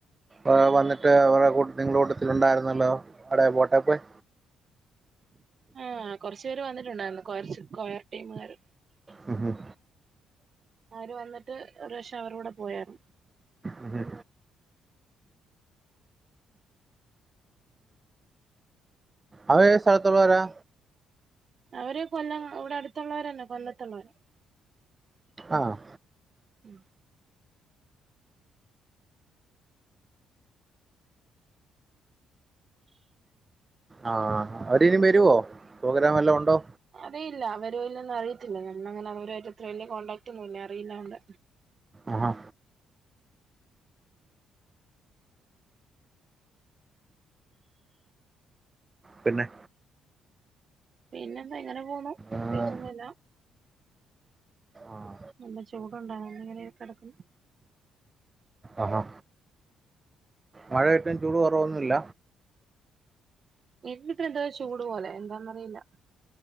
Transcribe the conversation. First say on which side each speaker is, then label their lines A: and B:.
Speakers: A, on the right; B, on the right.
A: ആഹ് വന്നിട്ട് അവരെ കൂട്ട് നിങ്ങളുടെ കൂട്ടത്തില് ഉണ്ടായിരുന്നല്ലോ അഒടെ പോട്ടെ പോയി
B: ആഹ് കൊറച്ച് പേര് വന്നിട്ടുണ്ടായിരുന്നു കൊറച്ച് കൊയർ ടീമുകാര്.
A: ഹ് ഹും
B: അവര് വന്നിട്ട് ഒരുവാശം അവര്ടെ കൂടെ പോയാരുന്നു.
A: അതെ അവരേത് സ്ഥലത്തുള്ളോരാ?
B: അവര് കൊല്ലം ഇവടെ അടുത്തുള്ളവരന്നെ കൊല്ലത്തുള്ളവര.
A: ആഹ്
B: ഉം
A: ആഹ് അവരിനും വരോ പ്രോഗ്രാം എല്ലാം ഉണ്ടോ?
B: അറിയില്ല അവര് ഇല്ലെന്നു അറിയത്തില്ല. നമ്മൾ അങ്ങനെ അവരുമായിട്ട് അത്ര വല്യ കോണ്ടടാക്ട് ഒന്നുംല്ല്യ അറിയില്ലൊണ്ട്.
A: ആഹ് പിന്നെ?
B: പിന്നെന്ത ഇങ്ങനെ പോന്നു പ്രത്യേകിച്ചൊന്നുല്ല.
A: ആഹ് ആഹ്
B: നല്ല ചൂട്ണ്ടാ? വെർതെ ഇങ്ങനെ കടക്കുന്നു.
A: അഹാ മഴയായിട്ടും ചൂട് കൊറവൊന്നുല്ല.
B: ഇന്ന് ഇപ്പൊ എന്താ ചൂടു പോലെ എന്താന്നറിയില്ല.